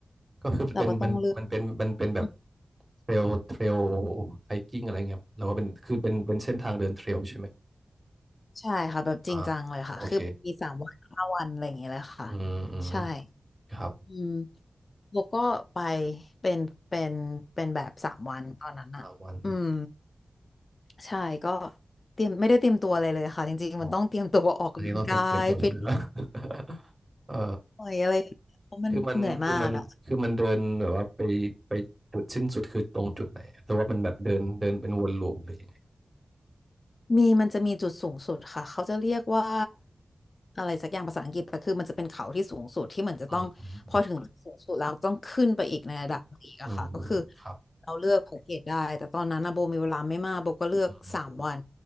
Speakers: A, on the right; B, on the left.
A: ก็คือเป็นมันมันเป็นมันเป็นแบบ
B: เราก็ต้องเลือกอืม
A: เทรลเทรลไฮกิ้งอะไรเงี้ยครับแล้วว่าเป็นคือเป็นเป็นเส้นทางเดินเทรลใช่ไหม
B: ใช่ค่ะแบบจริงจังเลยค่ะคือแบบมีสามวันห้าวันอะไรอย่างเงี้ยเลยค่ะ
A: อ่าโอเค อืมอืม
B: ใช่
A: ครับ
B: อืมโบก็ไปเป็นเป็นเป็นแบบสามวันตอนนั้นอะอืม
A: สามวัน
B: ใช่ก็เตรียมไม่ได้เตรียมตัวอะไรเลยค่ะจริงๆมันต้องเตรียมตัวออกกำลังกายฟิต
A: อ๋ออันนี้ต้องเตรียมเตรียมตัวใช่ไหม <laughs> เออ
B: หน่อยอะไรอย่างเงี้ยเพราะมันเหนื่อยมากอ่ะ
A: คือมันคือมันคือมันเดินแบบว่าไปไปจุดสิ้นสุดคือตรงจุดไหนหรือว่ามันแบบเดินเดินเป็นวนลูปหรือยังไง
B: มีมันจะมีจุดสูงสุดค่ะเขาจะเรียกว่าอะไรสักอย่างภาษาอังกฤษแต่คือมันจะเป็นเขาที่สูงสุดที่เหมือนจะต้องพอถึงจุดสูงสุดแล้วต้องขึ้นไปอีกในระดับหนึ่งอีกอะค่ะก็คือ
A: อืมอืมครับ
B: เราเลือกแพ็กเกจได้แต่ตอนนั้นนะโบมีเวลาไม่มากโบก็เลือกสามวัน
A: อืม